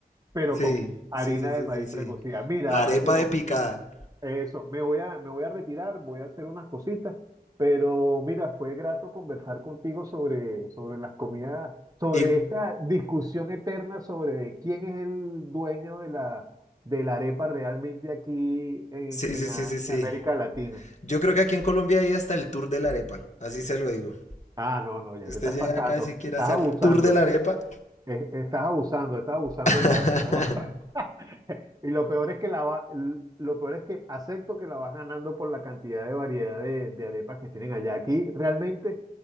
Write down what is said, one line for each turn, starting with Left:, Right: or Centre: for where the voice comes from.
Right: pero
Left: Sí,
Right: con harina
Left: sí, sí, sí,
Right: de maíz
Left: sí, sí.
Right: precocida. Mira,
Left: Arepa
Right: Mateo,
Left: de picada.
Right: Eso, me voy a, me voy a retirar, voy a hacer unas cositas, pero mira, fue grato conversar contigo sobre, sobre las comidas, sobre
Left: Y
Right: esta discusión eterna sobre quién es el dueño de la, de la arepa realmente aquí en,
Left: sí,
Right: en
Left: sí,
Right: a-
Left: sí, sí, sí.
Right: América Latina.
Left: Yo creo que aquí en Colombia hay hasta el tour de la arepa. Así se lo digo.
Right: Ah, no, no, ya
Left: Usted
Right: te estás
Left: llega
Right: pasando,
Left: acá y si quiere
Right: estás
Left: hacer
Right: abusando.
Left: el tour de la arepa.
Right: Eh, Estás abusando, estás abusando
Left: <laughs>
Right: ya. <laughs> Y lo peor es que la va- lo peor es que acepto que la vas ganando por la cantidad de variedad de, de arepas que tienen allá. Aquí realmente